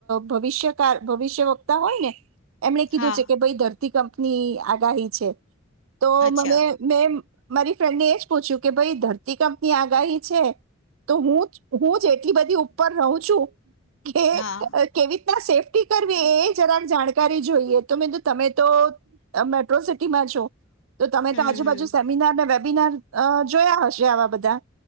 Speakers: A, on the right (about 85°); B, on the left (about 80°).
A: ભવિષ્ય કાર ભવિષ્ય વક્તા હોય ને એમણે કીધું
B: હા
A: છે. કે ભાઈ દર કંપની આગાહી છે. તો
B: અચ્છા
A: મને મે મારી ફ્રેન્ડને એ જ પૂછ્યું કે ભાઈ ધરતી કંપની આગાહી છે. તો હું હું જેટલી બધી ઉપર રહું છું. કે,
B: હા
A: કેવી રીતના સેફ્ટ કરવી એ જરા જાણકારી જોઈએ, તો મીુ તમે તો મેટ્રો સિટી માં છો. તો તમે
B: હમ
A: તો આજુબાજુ
B: હમ
A: સેમિનાર ને બિનાર જોયા હશે આવા બધા